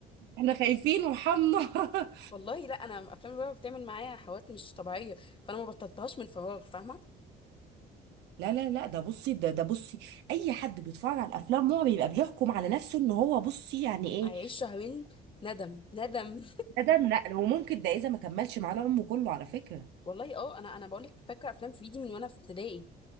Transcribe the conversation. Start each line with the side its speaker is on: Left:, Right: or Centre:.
Right: احنا خايفين وحمنا <laughs>
Left: والله لا انا افلام الرعب بتعمل معايا حوادث مش طبيعيه فانا ما بطلتهاش من فراغ فاهمه
Right: لا لا لا ده بصي ده ده بصي اي حد بيتفرج على الافلام هو بيبقى بيحكم على نفسه ان هو بصي يعني ايه
Left: عايش شهرين ندم ندم
Right: ده ده نقل وممكن ده اذا ما كملش معانا عمره كله على فكره
Left: <laughs> والله اه انا انا بقول لك فاكره افلام في ايدي من وانا في ابتدائي